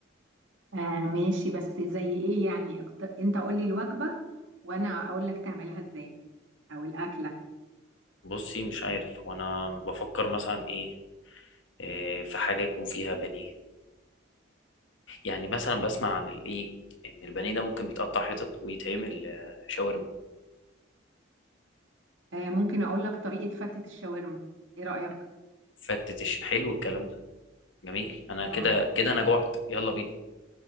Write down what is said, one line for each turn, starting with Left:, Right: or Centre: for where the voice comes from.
Right: آه ماشي بس زي ايه يعني أكت... انت قولي الوجبة وانا اقول لك تعملها ازاي او الاكلة
Left: بصي مش عارف وانا بفكر مثلا ايه آه، في حاجة يكون فيها بانيه يعني مثلا بسمع عن الايه ان البانيه ده ممكن بيتقطع حتت ويتعمل آه، شاورما
Right: آه ممكن اقول لك طريقة فتة الشاورما ايه رأيك
Left: فتتش حلو الكلام ده جميل انا كده
Right: اه
Left: كده انا جعت يلا بينا